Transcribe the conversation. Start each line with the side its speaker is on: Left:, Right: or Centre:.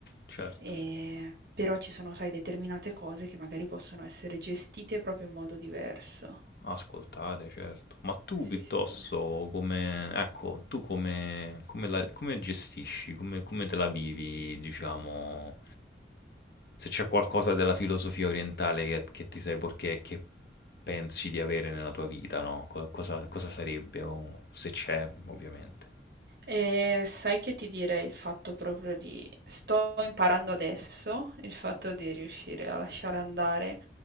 Left: certo.
Right: Eh, però ci sono, sai, determinate cose che magari possono essere gestite proprio in modo diverso.
Left: Ascoltare, certo. Ma tu
Right: Sì,
Left: piuttosto
Right: sì, sì.
Left: come, ecco, tu come, come la, come gestisci, come, come te la vivi, diciamo, se c'è qualcosa della filosofia orientale che, che ti sei perché che pensi di avere nella tua vita, no? Co- Cosa, cosa sarebbe, o se c'è, ovviamente.
Right: E sai che ti direi il fatto proprio di sto imparando adesso, il fatto di riuscire a lasciare andare